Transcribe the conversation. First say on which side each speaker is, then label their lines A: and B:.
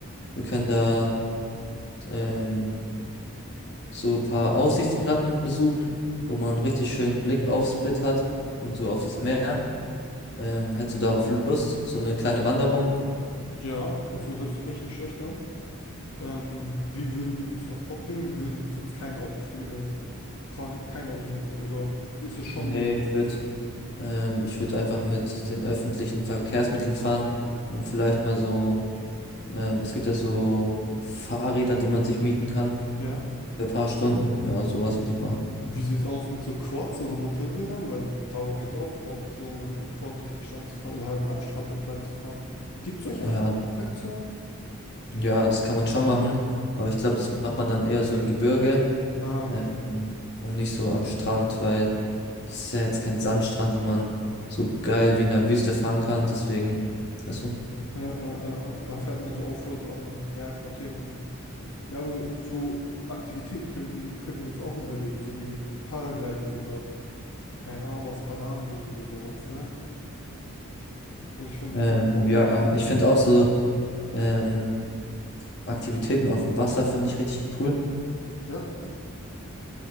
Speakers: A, on the left; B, on the left.
A: Wir können da ähm, so ein paar Aussichtsplatten besuchen, wo man einen richtig schönen Blick auf Split hat und so auf das Meer. Ähm, hättest du darauf Lust? So eine kleine Wanderung?
B: Ja, also hört sich echt nicht schlecht an. Ähm, wie würden wir uns da fortbilden? Wir würden uns jetzt kein Auto für äh, kein, kein Auto mieten oder ist es schon
A: Nee,
B: nötig,
A: ich
B: ein
A: würde
B: Split?
A: ähm, ich würde einfach mit den öffentlichen Verkehrsmitteln fahren und vielleicht mal so, ähm, es gibt ja so Fahrräder, die man sich mieten kann
B: Ja.
A: für ein paar Stunden. Ja, sowas würde ich machen.
B: Wie sieht es aus mit so Quads oder Motorrädern? Weil darauf hätte ich auch Bock, so mit einem Quad durch die Stadt zu fahren oder halt am Strand entlang zu fahren. Gibt es solche
A: Ja,
B: Att Attraktionen?
A: Ja, das kann man schon machen, aber ich glaube, das macht man dann eher so im Gebirge,
B: Ah,
A: ähm,
B: okay.
A: und nicht so am Strand, weil das ist ja jetzt kein Sandstrand, wo man so geil wie in der Wüste fahren kann. Deswegen, weißt du?
B: Ja, äh, äh, äh, da fährt man so Offroad an Bergen. Okay, okay. Ja, aber so Aktivitäten könnten, könnten wir uns auch überlegen, so wie Paragliding oder keine Ahnung was, Bananenboot oder sowas, ne? Und ich finde
A: Ähm,
B: so auch
A: ja,
B: richtig cool.
A: ich finde auch so ähm, Aktivitäten auf dem Wasser finde ich richtig cool.
B: Ja,